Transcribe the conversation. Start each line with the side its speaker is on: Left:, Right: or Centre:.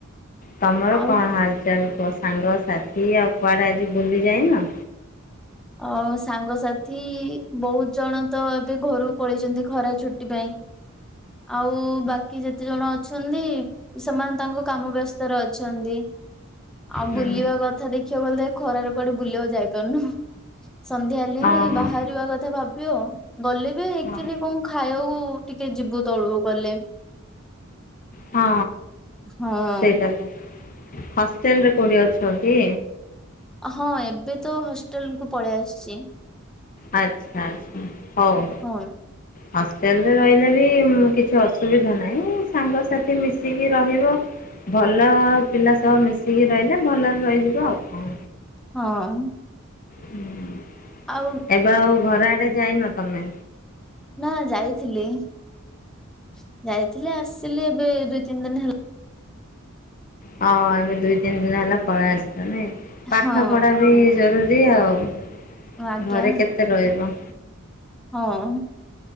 Left: ତମର
Centre: ଆଉ
Left: କଣ ହାଲଚାଲ? ତୋ ସାଙ୍ଗ ସାଥି ଆଉ କୁଆଡ଼େ ଆଜି ବୁଲିଯାଇନ?
Centre: ଆ ସାଙ୍ଗସାଥି ବହୁତ ଜଣ ତ ଏବେ ଘରୁକୁ ପଳେଇଛନ୍ତି ଖରା ଛୁଟି ପାଇଁ ଆଉ ବାକି ଯେତେ ଜଣ ଅଛନ୍ତି ସେମାନେ ତାଙ୍କ କାମ ବ୍ୟସ୍ତରେ ଅଛନ୍ତି, ଆଉ
Left: ହୁଁ
Centre: ବୁଲିବା କଥା ଦେଖିବାକୁ ଗଲେ ଖରାରେ କୁଆଡେ ବୁଲିବାକୁ ଯାଇପାରୁନୁ ସନ୍ଧ୍ୟା ହେଲେ
Left: ହଁ
Centre: ହିଁ ବାହାରିବା କଥା ଭାବ କିଓ ଗଲେ ବି ଆକଚୁଆଲି
Left: ହଁ
Centre: କଣ ଖାଇବାକୁ ଟିକେ ଯିବୁ ତଳକୁ ଗଲେ,
Left: ହଁ
Centre: ହଁ
Left: ସେଇଟା ତ ହଷ୍ଟେଲରେ କୋଉଟି ଅଛି, କକି
Centre: ହଁ ଏବେ ତ ହଷ୍ଟେଲ କୁ ପଳେଇ ଆସିଛି,
Left: ଆଚ୍ଛା ଆଛା ହଉ ହଉ
Centre: ହଁ
Left: ହଷ୍ଟେଲରେ ରହିଲେ ବି କିଛି ଅସୁବିଧା ନାହିଁ ସାଙ୍ଗସାଥି ମିଶିକି ରହିବ ଭଲ ପିଲା ସହ ମିଶିକି ରହିଲେ ଭଲରେ ରହିଯିବ ଆଉ କଣ,
Centre: ହଁ
Left: ହୁଁ,
Centre: ଆଉ
Left: ଏବେ ଆଉ ଘର ଆଡେ ଯାଇ ନ ତମେ?
Centre: ନା ଯାଇଥିଲି <inaudible> ଯାଇଥିଲି ଆସିଲି ଏବେ ଦୁଇ ତିନି ଦିନ ହେଲା।
Left: ହଁ ଏବେ ଦୁଇ ତିନି ଦିନ ହେଲା ପଳାଇ ଆସ ଲି ପାଠ
Centre: ହଁ।
Left: ପଢା ବି ଜରୁରୀ। ଆଉ।
Centre: ଆଜ୍ଞା
Left: ଘରେ କେତେ ରହିବ।
Centre: ହଁ <inaudible>